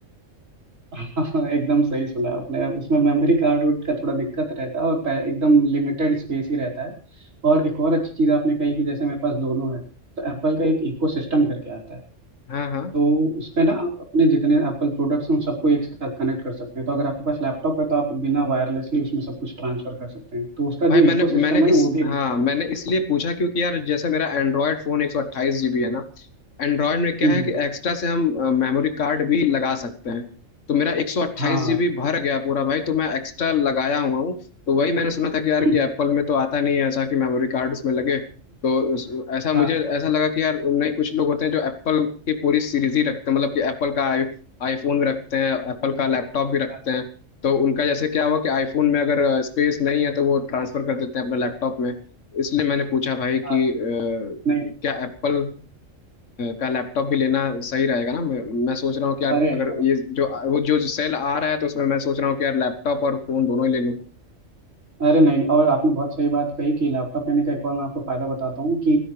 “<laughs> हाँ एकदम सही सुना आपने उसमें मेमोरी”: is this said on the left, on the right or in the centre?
Right